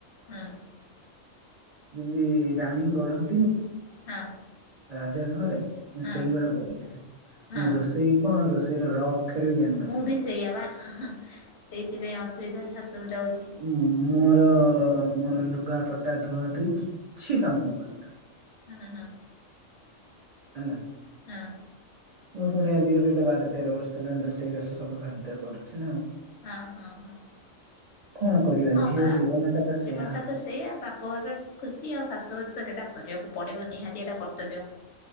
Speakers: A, on the left (about 65°); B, on the right (about 75°).
A: ହୁଁ।
B: ଯେମିତି ରାଣୀ ବଢନ୍ତିନି
A: ହଁ।
B: ରାଜାର ଘରେ ମୁଁ
A: ହଁ
B: ସେଇଭଳିଆ ବଢିଥିଲି
A: ହଁ
B: ମୁଁ ରୋଷେଇ କଣ ରୋଷେଇର ର ଅକ୍ଷର ବି ଜାଣିନଥିଲି।
A: ମୁଁ ବି ସେଇଆ ପା ହାଁ ହାଁ ସେଇଥିପାଇଁ ଅସୁବିଧା ଶାଶୁଘରେ ହୋଉଚି।
B: ମୁଁ ମୋର ମୋର ଲୁଗାପଟା ଧୁଆଧୁଇ କିଛି କାମ ମୁଁ କରେନା।
A: ହଁ ହଁ ହଁ।
B: ହେଲା।
A: ହଁ।
B: ମୁଁ ପୁଣି ଆଜି ଗୋ ଗୋଟେ ବାର ତେର ବର୍ଷ ହେଲାଣି ରୋଷେଇବାଷ ସବୁ ଖାଦ୍ୟ କରୁଛି ନା ଆଉ
A: ହଁ, ହଁ, ହଁ।
B: କଣ କରିବା
A: ହଁ
B: ଝିଅ
A: ବା
B: ଜୀବନଟା ତ ସେୟା
A: ଜୀବନଟା ତ ସେଇଆ ବାପ ଘର ଖୁସି ଆଉ ଶାଶୁଘର ତ ସେଟା କରିବାକୁ ପଡିବ ନିହାତି ଏଇଟା କର୍ତ୍ତବ୍ୟ।